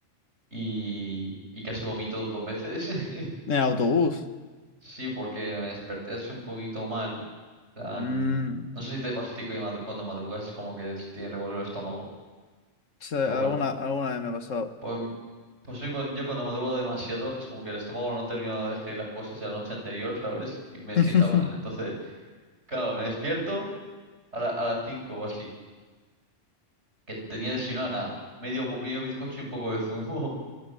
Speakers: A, on the right; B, on the left.
A: Y, y casi vomito dos veces. <laughs>
B: en autobús.
A: Sí, porque me desperté así un poquito mal. plan,
B: Mm, o
A: no sé si te pasa a ti que madru- cuando madrugas como que se tiene revuelo el estómago.
B: sea,
A: Pero bueno,
B: alguna, alguna vez me ha pasado.
A: pues, pues yo, cuando, yo cuando madrugo demasiado es como que el estómago no termina de digerir las cosas de la noche anterior, ¿sabes? Y me
B: <laughs>
A: sienta mal. Entonces... Claro, me despierto a, la- a las 5 o así. Que tenía desayunado nada. Medio, bo- medio bizcocho y un poco de zumo. <laughs>